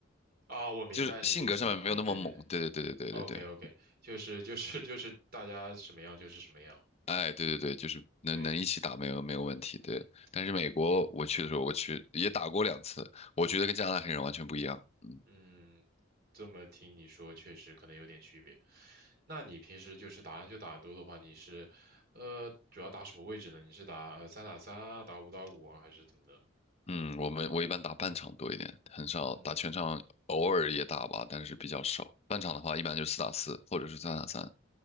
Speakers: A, on the right; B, on the left.
A: 啊、我明白你的意思了。
B: 就是性格上面没有那么猛。
A: 啊、对对对
B: 对对对对对对对，
A: ，OK OK，就是就是就是大家什么样就是什么样。
B: 哎，对对对，就是能能一起打没有没有问题。
A: 对，嗯
B: 对，但是美国我去的时候，我去也打过两次，我觉得跟加拿大黑人完全不一样。嗯
A: 嗯，这么听你说，确实可能有点区别。那你平时就是打篮球打得多的话，你是呃主要打什么位置呢？你是打呃三打三啊，打五打五啊，还是怎么的？
B: 嗯，我们我一般打半场多一点，很少打全场，
A: 嗯
B: 偶尔也打吧，但是比较少。半场的话，一般就四打四或者是三打三，